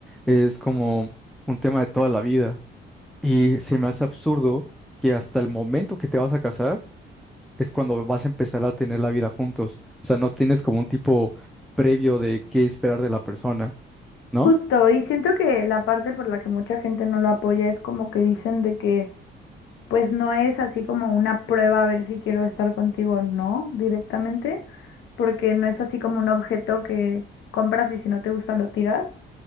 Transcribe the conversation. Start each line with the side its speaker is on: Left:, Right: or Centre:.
Centre: es como un tema de toda la vida. Y se me hace absurdo que hasta el momento que te vas a casar, es cuando vas a empezar a tener la vida juntos. O sea, no tienes como un tipo previo de qué esperar de la persona, ¿no?
Left: Justo, y siento que la parte por la que mucha gente no lo apoya es como que dicen de que pues no es así como una prueba a ver si quiero estar contigo o no directamente, porque no es así como un objeto que compras y si no te gusta lo tiras.